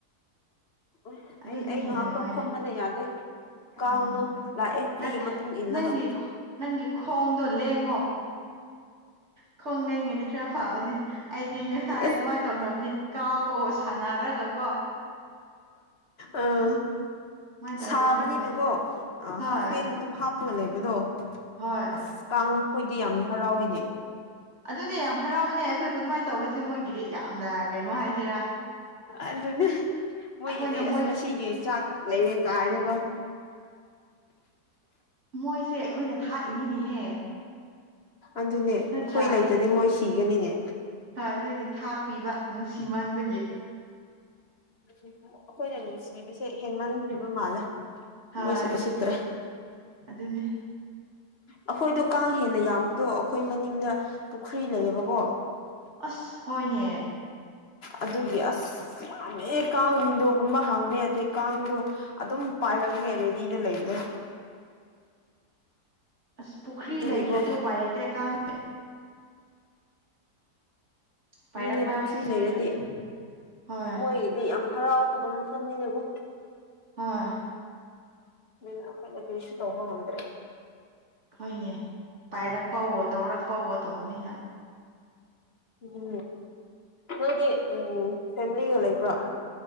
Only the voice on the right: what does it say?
ꯑꯗꯨꯅ
ꯍꯦꯟꯅ
ꯅꯨꯡꯉꯥꯏꯔꯦ
ꯑꯣ
ꯅꯠꯇꯦ
ꯅꯪꯒꯤ ꯅꯪꯒꯤ ꯈꯣꯡꯗꯣ ꯂꯦꯡꯉꯣ ꯈꯣꯡ ꯂꯦꯡꯉꯗꯤ ꯈꯔ ꯐꯕꯅꯦ ꯗꯤ ꯉꯁꯥꯏ
ꯑꯗꯨꯃꯥꯏꯅ ꯇꯧꯅꯥꯕꯅꯦ ꯀꯥꯎꯕꯥ ꯑꯣꯏ ꯁꯥꯟꯅꯔꯒ ꯀꯣ
ꯁꯨꯃꯥꯏꯅ ꯇꯧꯔꯗꯤ
ꯈꯔ ꯐꯩ ꯍꯣꯏ
ꯍꯣꯏ
ꯑꯗꯨꯅꯦ ꯌꯥꯝ ꯍꯔꯥꯎꯕꯅꯦ ꯑꯩꯈꯣꯏꯕꯨ ꯑꯗꯨꯃꯥꯏꯅ ꯇꯧꯕꯁꯦ ꯃꯣꯏꯒꯤꯗꯤ ꯌꯥꯝꯅ ꯀꯩꯅꯣ ꯍꯥꯏꯁꯤꯔꯥ
ꯑꯩꯈꯣꯏꯅ ꯃꯣꯏ
ꯃꯣꯏꯁꯦ ꯑꯩꯈꯣꯏꯅ ꯊꯥꯛꯏꯅꯤꯅꯦꯍꯦ
ꯅꯠꯇ꯭ꯔꯥ
ꯍꯣꯏ ꯑꯗꯨꯒꯤ ꯊꯥꯛꯄꯤꯕ ꯅꯨꯡꯁꯤꯃꯟꯕꯒꯤ
ꯍꯣꯏ
ꯑꯗꯨꯅꯦ
ꯑꯁ ꯍꯣꯏꯅꯦ
ꯑꯁ ꯄꯨꯈ꯭ꯔꯤ
ꯂꯩꯈ꯭ꯔꯗꯤ ꯎꯄꯥꯏ ꯂꯩꯇꯦ ꯀꯥꯡꯗꯤ
ꯄꯥꯏꯔꯛꯄ ꯍꯥꯏꯕꯁꯤ
ꯁꯣꯏꯗ꯭ꯔꯕꯅꯦ
ꯍꯣꯏ
ꯍꯣꯏ
ꯍꯣꯏꯅꯦ ꯄꯥꯏꯔꯛꯄꯋꯣ ꯇꯧꯔꯛꯄꯋꯣ ꯇꯧꯕꯅꯤꯅ